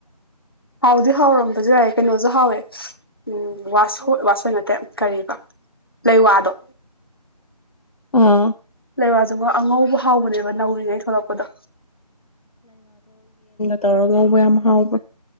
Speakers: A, on the left (about 35°); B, on the left (about 60°).
A: ꯍꯥꯎꯗꯤ ꯍꯥꯎꯔꯝꯕꯁꯨ ꯌꯥꯏꯦ ꯀꯩꯅꯣꯁꯨ ꯍꯥꯎꯋꯦ ꯎꯝ ꯋꯥꯁ ꯋꯥꯁꯣꯏ ꯅꯠꯇꯦ ꯀꯔꯤꯕ ꯂꯩꯋꯥꯗꯣ
B: ꯑꯥ
A: ꯂꯩꯃꯖꯨꯡꯒꯣ ꯑꯉꯧꯕꯕ ꯍꯥꯎꯕꯅꯦꯕ ꯅꯧꯔꯤꯉꯩ ꯊꯣꯛꯂꯛꯄꯗ
B: ꯇꯧꯔ ꯉꯧꯕ ꯌꯥꯝ ꯍꯥꯎꯕ